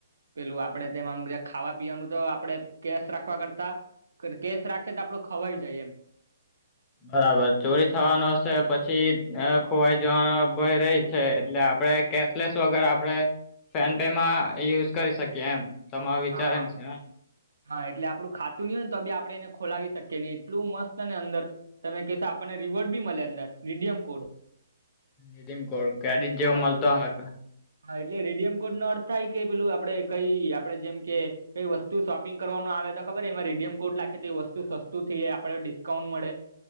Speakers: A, on the right (about 80°); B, on the left (about 20°).
A: પેલું આપડે તેમ ખાવા પીવાનું તો આપડે કેસ રાખવા કરતા કેસ રાખે તો આપડો ખવાઈ જાય એમ
B: બરાબર ચોરી થવાનું
A: હા
B: હશે પછી ખોવાઈ જવાનો ભય રહી છે એટલે આપડે કેશલેસ વગર આપડે ફેમ પે માં યુઝ કરી શકીએ એમ તમારો વિચાર
A: હા
B: એમ છે
A: હા એટલે આપું ખાતું નહી હોય ને તો ત બી આપડે એને ખોલાવી શકીએ ને એટલું મસ્ત અને અંદર તમે કશો આપણને રિવોર્ડ બી મળે અંદર redeem code
B: redeem code credit
A: હા.
B: જેવો મળતો ઓહે
A: હા એટલે રેડિયમ કોડ નો અર્થ થાય કે પેલું આપડે કઈ આપડે જેમ કે એ વસ્તુ શોપિંગ કરવાનું આવે તો ખબર એમાં રેડિયમ કોડ લખે તો એ વસ્તુ સતું થઈ જાય આપડને ડિસ્કાઉન્ટ મળે